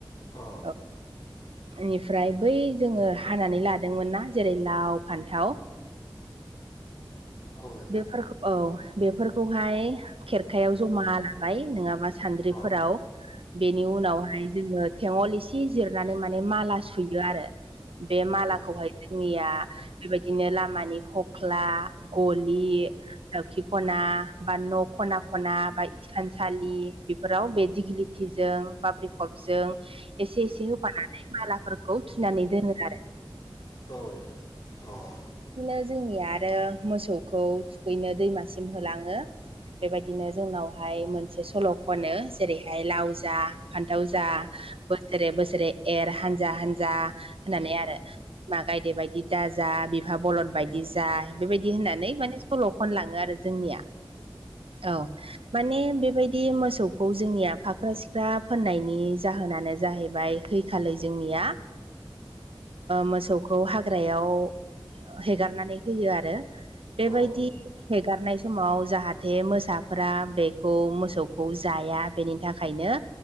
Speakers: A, on the left; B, on the right.
A: अ
B: औ बेनिफ्राय बै जोङो हानानै लादोंमोन नना जेरै लाव, फान्थाव
A: औ नोंथां
B: बेफोरखौ औ बेफोरखौहाय खेरखायाव जमा लाबाय नङाबा सान्द्रिफोराव
A: अ औ
B: बेनि उनावहाय जोङो थेंगल इसे जिरनानै माने माला सुयो आरो बे मालाखौहाय
A: अ
B: जोंनिया बेबायदिनो लामानि हख्ला गलि दावखि खना बा न' खना खना बा थानसालि बेफोराव बे दिगिलिथिजों बाबेखबजों एसे एसे होफानानै मालाफोरखौ थुनानै दोनो आरो
A: औ द दे औ
B: बिदिनो जोंनि आरो मोसौखौ थुखैनो दैमासिम होलाङो बेबायदिनो जोंनावहाय मोनसे सल' खनो जेरैहाय लावजा फान्थाव जा
A: औ
B: बोसोरे बोसोरे एर हानजा हानजा होननानै आरो बि मा गायदे बायदि दाजा बिफा बलन बायदि जा बेबायदि होननानै माने सल'
A: औ
B: खनलाङो आरो जोंनिया औ माने बेबायदि मोसौखौ जोंनिया फाख्रा सिख्रा फोननायनि जाहोनानो जाहैबाय आखालि जोंनिया मोसौखौ हाग्रायाव हेगारनानै होयो आरो बेबायदि
A: अ औ नोंथां औ
B: हेगारनाय समाव जाहाथे मोसाफोरा बेखौ मोसौखौ जाया बेनि थाखायनो